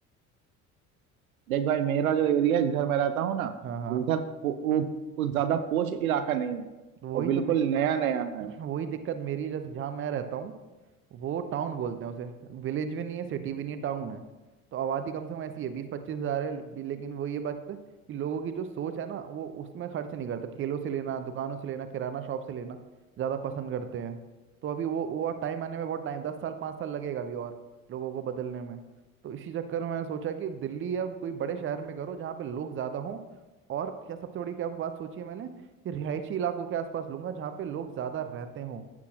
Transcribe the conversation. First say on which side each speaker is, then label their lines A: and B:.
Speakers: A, on the right; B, on the right.
A: देख भाई मेरा जो एरिया है जिधर मैं रहता हूँ ना
B: हाँ हाँ
A: उधर पो- वो कुछ ज्यादा पोश इलाका नहीं है
B: वही
A: और बिल्कुल
B: तो मे-
A: नया नया है
B: वही दिक्कत मेरी है जैसे जहाँ मैं रहता हूँ वो टाउन बोलते हैं उसे विलेज भी नहीं है सिटी भी नहीं है टाउन है तो आबादी कम से कम ऐसी है बीस पच्चीस हजार है भी- लेकिन वो ये बात है कि लोगों की जो सोच है ना वो उसमें खर्च नहीं करते ठेलों से लेना दुकानों से लेना किराना शॉप से लेना ज़्यादा पसंद करते हैं तो अभी वो वो और टाइम आने में बहुत टाइम दस साल पाँच साल लगेगा अभी और लोगों को बदलने में तो इसी चक्कर में मैंने सोचा कि दिल्ली या कोई बड़े शहर में करो जहाँ पे लोग ज़्यादा हों और क्या सबसे बड़ी क्या बात सोची है मैंने कि रिहायशी इलाकों के आसपास लूंगा जहाँ पे लोग ज़्यादा रहते हों